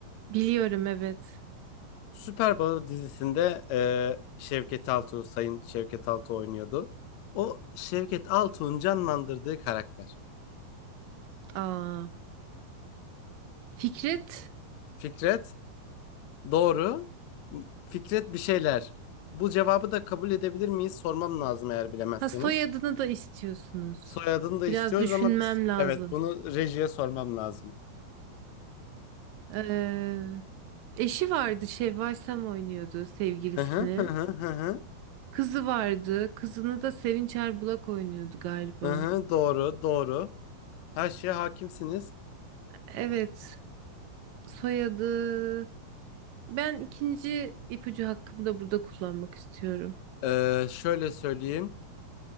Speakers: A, on the right; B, on the left.
A: Biliyorum evet.
B: Süper Baba dizisinde e, Şevket Altuğ, Sayın Şevket Altuğ oynuyordu. O Şevket Altuğ'un canlandırdığı karakter.
A: Aa, Fikret,
B: Fikret, doğru. Fikret bir şeyler. Bu cevabı da kabul edebilir miyiz? Sormam lazım eğer bilemezseniz.
A: ha soyadını da istiyorsunuz.
B: Soyadını da istiyoruz
A: Biraz düşünmem
B: ama biz
A: lazım.
B: evet bunu rejiye sormam lazım.
A: Ee, eşi vardı, Şevval Sam oynuyordu sevgilisini.
B: Hı hı hı hı hı.
A: Kızı vardı, kızını da Sevinç Erbulak oynuyordu galiba.
B: Hı hı, doğru, doğru. Her şeye hakimsiniz.
A: Evet, soyadı. Ben ikinci ipucu hakkımı da burada kullanmak istiyorum.
B: Ee, şöyle söyleyeyim.